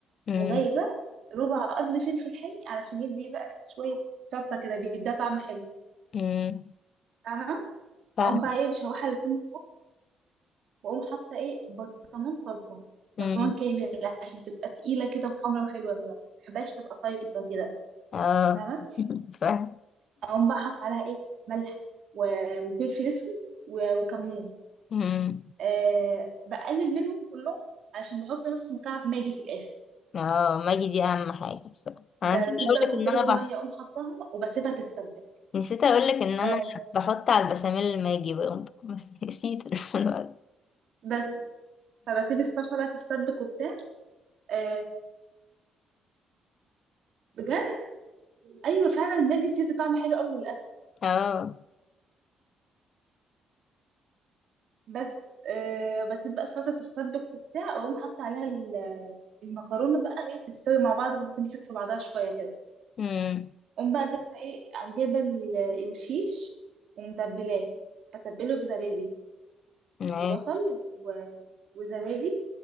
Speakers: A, on the left; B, on the right.
A: مم،
B: وجايبة ربع قد فلفل حامي علشان يدي بقى شوية شطة كده بيديها طعم حلو
A: مم،
B: فاهمة
A: فاهم
B: أقوم بقى إيه مشوحة الاتنين واقوم حاطه ايه برطمان صلصه
A: مم،
B: برطمان كامل عشان تبقى تقيله كده وحمرا وحلوه ما بحبهاش تبقى صيصه كده
A: اه
B: فاهمه
A: <laughs> فاهم
B: اقوم بقى حاطه عليها ايه ملح و- وفلفل اسود و- وكمون
A: مم.
B: أه بقلل منهم كلهم عشان بحط نص مكعب ماجي في الاخر
A: اه ماجي دي اهم حاجة بصراحة
B: بجيب
A: انا نسيت
B: بقى
A: اقولك
B: كوبايه
A: ان انا
B: ميه
A: بح...
B: اقوم حطاها وبسيبها تتسبك
A: نسيت اقولك ان انا
B: اه
A: بحط على البشاميل الماجي برضه <laughs> بس نسيت الولد
B: بس فبسيب الصلصه بقى تتسبك وبتاع أه بجد ايوه فعلا الماجي بتدي طعم حلو قوي
A: اه
B: بس آه بس بقى فتره السبك وبتاع اقوم حاطه عليها ال- المكرونه بقى ايه تستوي مع بعض وتمسك في بعضها شويه كده
A: مم.
B: اقوم بقى جايبه ايه جايبه ال- الشيش ومتبلاه بتبله بزبادي
A: ماشي
B: ببصل و- وزبادي